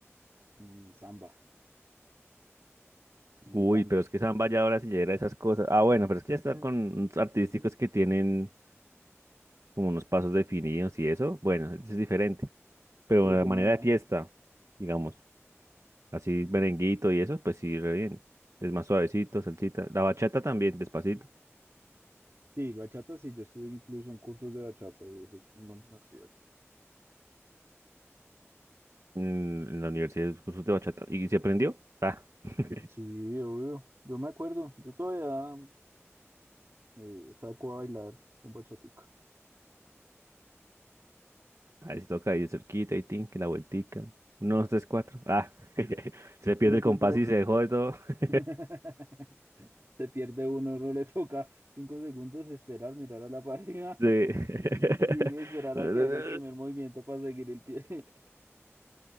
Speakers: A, on the right; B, on the right.
A: y samba y
B: uy,
A: tango.
B: pero es que samba ya ahora sí ya era esas cosas. Ah, bueno, pero es que ya está
A: Mm.
B: con unos artísticos que tienen como unos pasos definidos y eso. Bueno, eso es diferente. Pero
A: Pero
B: la
A: que
B: manera
A: me...
B: de fiesta, digamos. Así merenguito y eso, pues sí, re bien. Es más suavecito, salsita. La bachata también, despacito.
A: Sí, bachata, sí, yo estuve incluso en cursos de bachata y eso en la universidad.
B: En en la universidad es cursos de bachata. ¿Y se aprendió? Ah. <laughs>
A: Sí, obvio. Yo me acuerdo, yo todavía eh, saco a bailar con bachatica.
B: ahí se toca ahí de cerquita y tin, que la vueltica. Uno, dos, tres, cuatro. Ah. <laughs> Se pierde
A: pero
B: el
A: que
B: compás
A: otro
B: y se dejó de todo. <laughs>
A: <laughs> se pierde uno, no le toca cinco segundos esperar, mirar a la pareja
B: Sí.
A: <laughs>
B: <laughs>
A: y esperar a que haga el primer movimiento para seguir el pie.